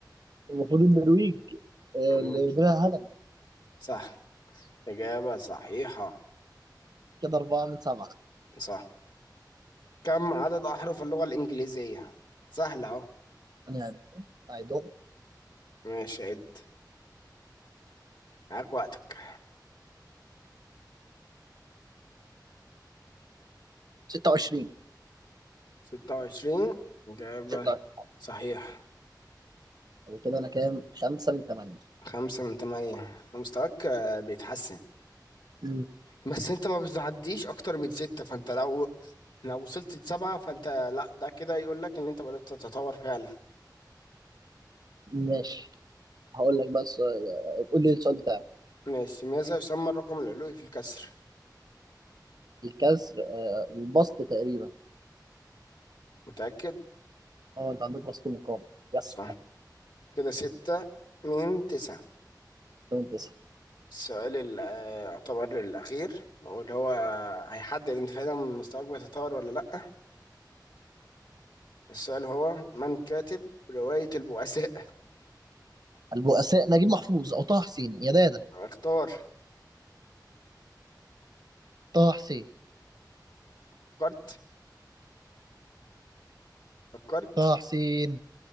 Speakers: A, on the right; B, on the left.
A: المفروض النرويج آه،
B: مم.
A: اللي منها هالاند
B: صح إجابة صحيحة
A: كده أربعة من سبعة
B: صح كم عدد أحرف اللغة الإنجليزية؟ سهلة أهو
A: يعني أعيدهم
B: ماشي عد معاك وقتك
A: 26
B: ستة وعشرين إجابة
A: 26
B: صحيح
A: وكده أنا كام؟ 5 من 8
B: خمسة من تمانية مستواك آه، بيتحسن
A: مم.
B: بس أنت ما بتعديش أكتر من ستة فأنت لو لو وصلت لسبعة فأنت لا ده كده يقول لك إن أنت بدأت تتطور فعلا
A: ماشي هقول لك بس آه، قول لي السؤال بتاعك
B: ماشي ماذا يسمى الرقم العلوي في الكسر؟
A: الكسر آه، البسط تقريبا
B: متأكد؟
A: اه انت عندك بسط مقام يس
B: صح كده ستة من تسعة
A: 8 9
B: السؤال ال- آه، يعتبر الأخير واللي هو هيحدد أنت فعلا مستواك بيتطور ولا لأ السؤال هو من كاتب رواية البؤساء
A: البؤساء نجيب محفوظ او طه حسين يا دادا
B: اختار
A: طه حسين
B: فكرت فكرت
A: طه حسين